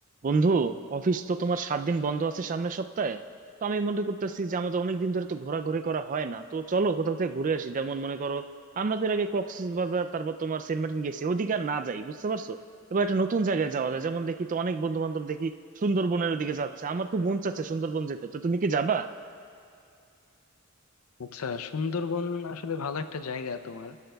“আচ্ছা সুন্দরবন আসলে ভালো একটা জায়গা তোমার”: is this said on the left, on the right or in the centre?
Left